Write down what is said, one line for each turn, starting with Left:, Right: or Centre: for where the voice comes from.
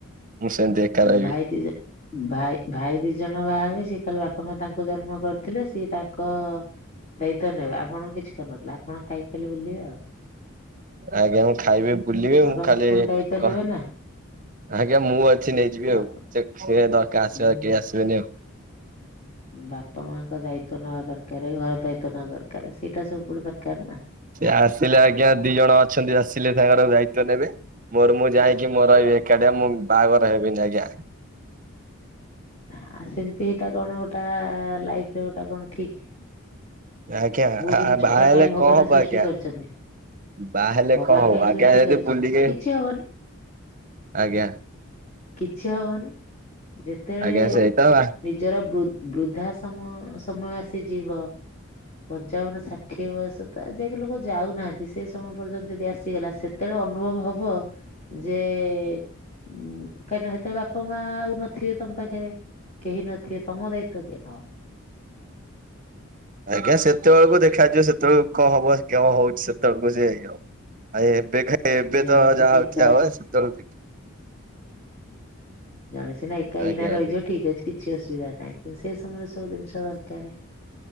Right: ମୁଁ ସେମିତି ଏକା
Left: ଆଁ
Right: ରହିବି।
Left: ଭାଇ ଦିଜ ଭାଇ ଭାଇ ଦି ଜଣ ବାହା ହେବେ ସିଏ ଖାଲି ବାପା ମା ତାଙ୍କୁ ଜନ୍ମ କରିଥିଲେ ସିଏ ତାଙ୍କ ଦାୟିତ୍ବ ନେବେ ଆପଣ କିଛି କରିନଥିଲେ ଆପଣ ଖାଇକି ଖାଲି ବୁଲିବେ ଆଉ।
Right: ଆଜ୍ଞା ମୁଁ ଖାଇବି ବୁଲିବି
Left: ବାପା
Right: ମୁଁ
Left: ମା
Right: ଖାଲି
Left: ପୁଣି ଦାୟିତ୍ଵ ନେବେ
Right: କ
Left: ନା
Right: ଆଜ୍ଞା ମୁଁ ଅ କିଛି ନେଇଯିବି
Left: ବାପା
Right: ଆଉ। ସେ <unintelligible> ଦରକାର ଆସିବ
Left: ଉଁ
Right: କେହି ଆସିବେନି ଆଉ।
Left: ବାପା ମାଆଙ୍କ ଦାୟିତ୍ବ ନବା ଦରକାର, ଘର ଦାୟିତ୍ବ ନବା ଦରକାର, ସେଇଟା ସବୁବେଳେ ଦରକାର ନା।
Right: ସେ ଆସିଲେ ଆଜ୍ଞା ଦି ଜଣ ଅଛନ୍ତି ଆସିଲେ ତାଙ୍କର ଦାୟିତ୍ଵ ନେବେ। ମୋର ମୁଁ ଯାଇକି ମୋର ରହିବି ଏକାଟିଆ ମୁଁ ବାହାଘର ହେବିନି ଆଜ୍ଞା।
Left: ଆଉ ସେମିତି ଏଇଟା କଣ ଗୋଟା ଲାଇଫରେ ଗୋଟା କଣ ଠିକ୍।
Right: ଆଜ୍ଞା ଆ-ଆ
Left: ଜିନିଷ
Right: ବାହା
Left: ଟା
Right: ହେଲେ
Left: କାହିଁ ଭଗବାନ
Right: କଣ ହବ
Left: ସୃଷ୍ଟି
Right: ଆଜ୍ଞା?
Left: କରିଛନ୍ତି
Right: ବାହାହେଲେ
Left: ଭଗବାନ
Right: କଣ ହବ?
Left: କାହିଁ ସୃଷ୍ଟି
Right: ଆଜ୍ଞା ଯଦି
Left: କରିଛନ୍ତି
Right: ବୁଲିକି
Left: କିଛି ହବନି।
Right: ଆଜ୍ଞା।
Left: କିଛି ହବନି। ଯେତେବେଳେ
Right: ଆଜ୍ଞା ସେଇତ ବା
Left: ନିଜର ବୃ-ବୃଦ୍ଧା ସମ-ସମୟ ଆସି ଯିବ ପଞ୍ଚାବନ ଷାଠିଏ ବୟସ ତ ଆଜିଯାକେ ଲୋକ ଯାଉନାହାଁନ୍ତି ସେ ସମୟ ପର୍ଯ୍ୟନ୍ତ ଯଦି ଆସିଗଲା ସେତେବେଳେ ଅନୁଭବ ହବ ଯେ ଉଁ କାହିଁକିନା ସେତବେଳେ ବାପା ମାଆ ଆଉ ନଥିବେ ତମ ପାଖେରେ। କେହି ନଥିବେ ତମ ଦାୟିତ୍ଵ କିଏ ନବ?
Right: ଆଜ୍ଞା ସେତେବେଳକୁ ଦେଖାଯିବ ସେତେବେଳକୁ କଣ ହବ କଣ ହଉଛି ସେତେବେଳକୁ ସିଏ ଇଏ <unintelligible> ଆଉ ଏବେ <unintelligible> ଏବେ
Left: ଜଣେ
Right: ତ
Left: ସିନା
Right: ଯାହା ହଉଛି
Left: ଏକା
Right: ହବ
Left: ଅଛି
Right: ସେତେବେଳକୁ ଦେଖ୍
Left: ଜଣେ ସିନା ଏକା ଏଇନା
Right: ଆଜ୍ଞା
Left: ରହିଯିବ
Right: ଆଜ୍ଞା।
Left: ଠିକ ଅଛି କିଛି ଅସୁବିଧା ନାହିଁ। ସେ ସମୟରେ ସବୁ ଜିନିଷ ଦରକାରେ।